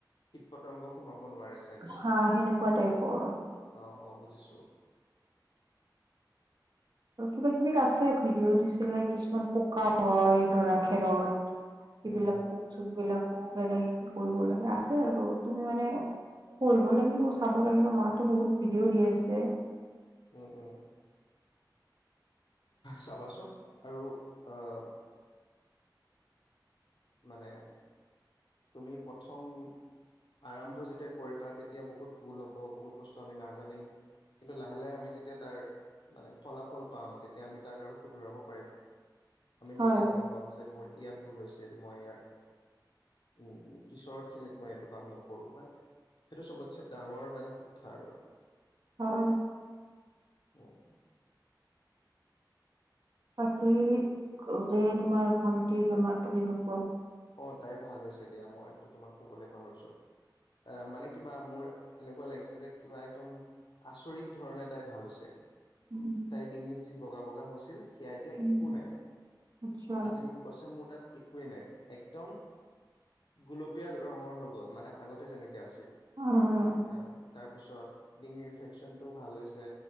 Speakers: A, on the left (about 75°); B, on the right (about 65°).
A: কীট পতংগ সোমাব নোৱাৰে চাগে
B: হা সেনকোৱা টাইপৰ।
A: অ অ বুজিছো।
B: আৰু কিবা কিবি আছে ভিডিঅ' দিছিলে কিছুমান পকাও হয় ধৰা খেৰত।
A: উম
B: এইবিলাক
A: হম হম
B: পোক চোক বিলাক। কেনেকে কি কৰিব লাগে আছে আৰু তুমি মানে পঢ়িব লাগিব চাব লাগিব মাতো বহুত ভিডিঅ' দি আছে।
A: উম উম, চাবাচোন আৰু অহ মানে তুমি প্ৰথম আৰম্ভ যেতিয়া কৰিবা তেতিয়া বহুত ভুল হ'ব, বহুত বস্তু আমি নাজানিম কিন্তু লাহে লাহে আমি যেতিয়া তাৰ মানে ফলাফল পাম তেতিয়া আমি তাক আৰু শুধৰাব পাৰিম। আমি
B: হয়
A: নিজে গম পাম যে মোৰ ইয়াত ভুল হৈছে ছিল মই ইয়াৰ উম পিছৰ খিনিত মই এইটো কাম নকৰো, বা সেইটো চবতছে ডাঙৰ মানে শিক্ষা আৰু।
B: অঁ।
A: উম।
B: বাকি যে তোমাৰ ভণ্টি বেমাৰটো কেনে
A: অ তাইৰ ভাল হৈছে। দিয়া মই সেইটো তোমাক কৰিলে পাহৰিছো, আহ মানে কিবা মোৰ এনেকুৱা লাগিছে যে কিবা একদম আচৰিত ধৰণে তাই ভাল হৈছে।
B: উম
A: তাই ডিঙিত যি বগা বগা হৈছ ছিল সেয়া এতিয়া
B: উম,
A: একো নাই,
B: আচ্ছা
A: আজি মোক কৈছে মোৰ তাত একোৱেই নাই! একদম গলপীয়া ৰঙৰ হৈ গ'ল মানে আগতে যেনেকে আছে। অঁ
B: উম,
A: তাৰ তাৰপিছত ডিঙিৰ ইনফেকচন টোও ভাল হৈছে